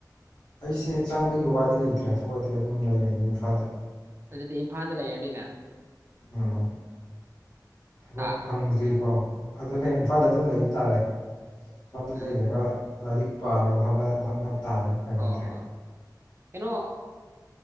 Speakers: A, on the left; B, on the right.
A: ꯑꯩꯁꯦ ꯆꯪꯕꯒꯤ ꯋꯥꯗꯤ ꯂꯩꯇ꯭ꯔꯥ ꯊꯣꯛꯑꯗꯤ ꯑꯗꯨꯝ ꯂꯩ ꯏꯝꯐꯥꯜꯗ
B: ꯑꯗꯨꯗꯤ ꯏꯝꯐꯥꯜꯗ ꯂꯩꯔꯅꯤꯅ
A: ꯎꯝ ꯊꯕꯛ
B: ꯍꯥ
A: ꯐꯪꯗ꯭ꯔꯤ ꯄꯥꯎ ꯑꯗꯨꯅꯦ ꯏꯝꯐꯥꯜꯗ ꯑꯗꯨꯝ ꯂꯩꯕ ꯇꯥꯔꯦ ꯃꯇꯝꯗ
B: ꯎꯝ
A: ꯂꯩꯔꯕ ꯂꯥꯏꯔꯤꯛ ꯄꯥꯔꯒ ꯍꯣꯠꯅ ꯍꯣꯠꯅꯕ ꯇꯥꯔꯦ ꯎꯄꯥꯏ
B: ꯑꯣ
A: ꯂꯩꯇ꯭ꯔꯦ
B: ꯍꯣꯏ ꯀꯩꯅꯣ